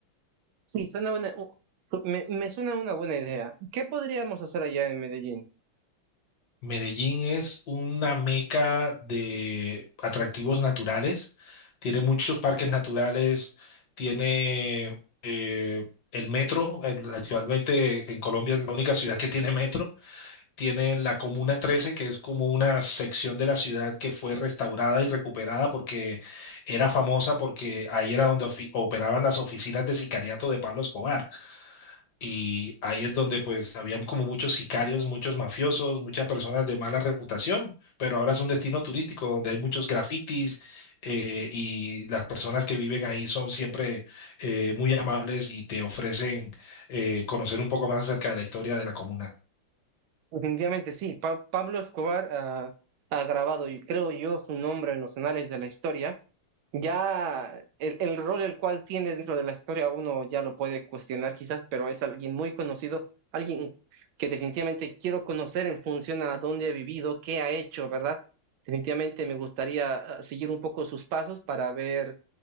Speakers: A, on the right; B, on the left.
A: Sí, suena una, u- su- me, me suena una buena idea. ¿Qué podríamos hacer allá en Medellín?
B: Medellín es una meca de atractivos naturales, tiene muchos parques naturales, tiene eh, el metro, el- actualmente en Colombia es la única ciudad que tiene metro, tiene la Comuna 13, que es como una sección de la ciudad que fue restaurada y recuperada porque era famosa porque ahí era donde ofi- operaban las oficinas de sicariato de Pablo Escobar. Y ahí es donde pues habían como muchos sicarios, muchos mafiosos, muchas personas de mala reputación, pero ahora es un destino turístico donde hay muchos grafitis eh, y las personas que viven ahí son siempre eh, muy amables y te ofrecen eh, conocer un poco más acerca de la historia de la comuna.
A: Definitivamente sí, Pa- Pablo Escobar ah, ha grabado, y creo yo, su nombre en los anales de la historia. Ya el, el rol el cual tiene dentro de la historia uno ya lo puede cuestionar quizás, pero es alguien muy conocido, alguien que definitivamente quiero conocer en función a dónde ha vivido, qué ha hecho, ¿verdad? Definitivamente me gustaría ah, seguir un poco sus pasos para ver